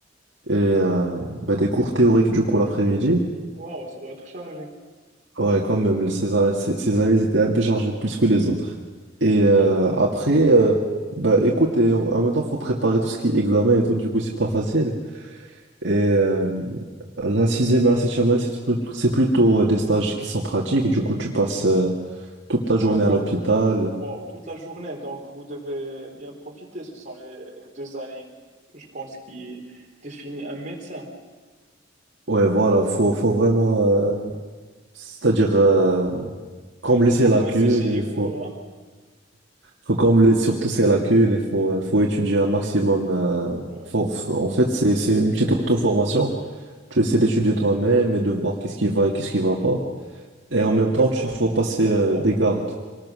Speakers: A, on the right; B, on the right.
A: et, euh, bah, des cours théoriques du coup l'après-midi.
B: Waouh, ça doit être chargé.
A: Ouais, quand même, les- ces, a- ces, ces années, elles étaient un peu chargées plus que les autres. Et
B: Ouais,
A: euh, après, euh, bah, écoute, et en, en même temps, il faut préparer tout ce qui est examen et tout, du coup, c'est pas facile. Et euh, la sixième et la septième année, c'est plus- c'est plutôt euh, des stages qui sont pratiques. Du coup, tu passes euh, toute ta journée
B: ouais, donc
A: à l'hôpital.
B: euh, waouh, toute la journée, donc vous devez bien profiter. Ce sont les, les deux années, je pense, qui définissent un médecin.
A: Ouais, voilà, faut, faut vraiment, euh, c'est-à-dire euh, combler ses
B: Faut
A: lacunes
B: passer chez
A: et
B: les
A: il faut,
B: cours, hein.
A: faut combler surtout ses lacunes et faut, euh, faut étudier un maximum. euh,
B: Ouais,
A: faut- faut- en fait, c'est, c'est une petite auto-formation. Tu essaies d'étudier toi-même et de voir qu'est-ce qui va et qu'est-ce qui va pas. Et
B: ouais,
A: en même
B: en fait,
A: temps, tu
B: euh,
A: faut
B: en
A: passer
B: ce qui concerne.
A: euh, des gardes.